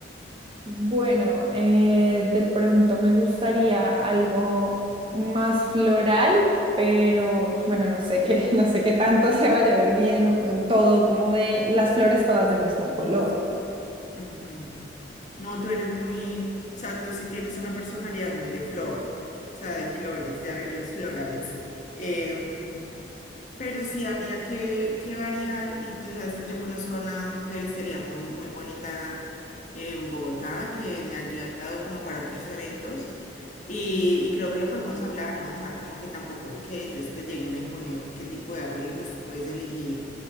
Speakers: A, on the right (about 30°); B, on the left (about 40°).
A: Bueno, eh, de pronto me gustaría algo más floral, pero bueno, no sé qué, <laughs> no sé qué tanto se vaya a ver bien, o todo como de las flores todas del mismo color.
B: Ujú. No, tú eres muy, o sea, tú sí tienes una personalidad muy de flor, o sea, de flores, de arreglos florales. Em, Pero sí habría que, que variar y tú sabes, yo conozco una floristería muy, muy bonita en Bogotá que me ha ayudado como para otros eventos y, y creo que lo podemos hablar, ¿no? O sea, como que tampoco que ellos te lleguen a imponer qué tipo de arreglos, tú puedes elegir